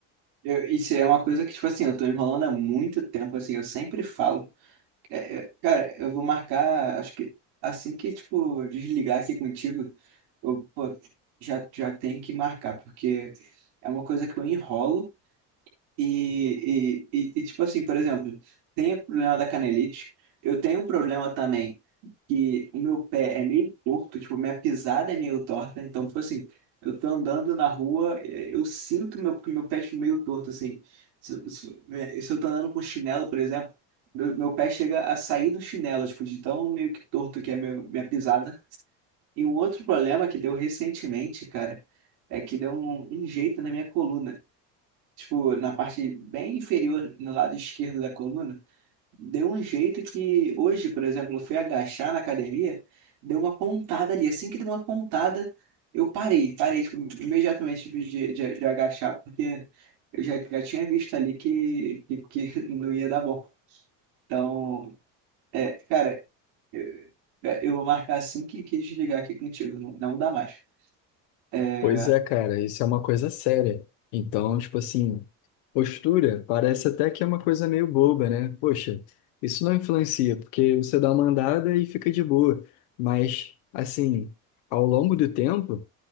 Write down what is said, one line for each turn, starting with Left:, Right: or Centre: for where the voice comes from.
Right: Eu- isso é uma coisa que, tipo assim, eu tô enrolando há muito tempo, assim, eu sempre falo. É, é, cara, eu vou marcar, acho que assim que, tipo, desligar aqui contigo, eu, pô, já, já tenho que marcar, porque é uma coisa que eu enrolo. E, e, e, e, tipo assim, por exemplo, tem o problema da canelite. Eu tenho um problema também que o meu pé é meio torto, tipo, minha pisada é meio torta. Então, tipo assim, eu tô andando na rua, eh, eu sinto meu, que meu pé é tipo, meio torto, assim. Se, se, eh, se eu tô andando com chinelo, por exemplo, meu, meu pé chega a sair do chinelo, tipo, de tão meio que torto que é meu, minha pisada. E um outro problema que deu recentemente, cara, é que deu um um jeito na minha coluna tipo, na parte bem inferior, no lado esquerdo da coluna, deu um jeito que hoje, por exemplo, eu fui agachar na academia, deu uma pontada ali. Assim que deu uma pontada, eu parei, parei, tipo, imediatamente tipo, de, de, de agachar, porque eu já, já tinha visto ali que, que, que <laughs> não ia dar bom. Então, é, cara, eu, é, eu vou marcar assim que, que desligar aqui contigo, não, não dá mais. é
Left: Pois é, cara, isso é uma coisa séria. Então, tipo assim, postura parece até que é uma coisa meio boba, né? Poxa, isso não influencia, porque você dá uma andada e fica de boa. Mas, assim, ao longo do tempo,